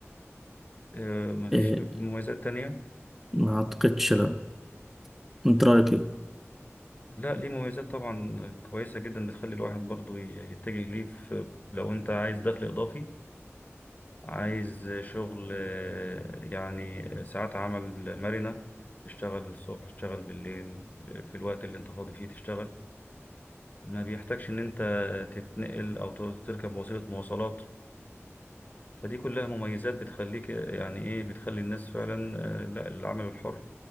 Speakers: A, on the left (about 35°); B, in the centre.
A: آه، مفيش
B: آه،
A: مميزات تانية
B: ما أعتقدش له، من تراي كي.
A: لا ليه مميزات طبعا كويسة جدا بتخلي الواحد برضو ي- يتجه ليه في لو انت عايز دخل إضافي عايز شغل آه، يعني ساعات عمل مرنة تشتغل الصبح تشتغل بالليل في الوقت اللي انت فاضي فيه تشتغل ما بيحتاجش ان انت تتنقل او ت- تركب وسيلة مواصلات فدي كلها مميزات بتخليك آه، يعني ايه بتخلي الناس فعلا آه، لا العمل الحر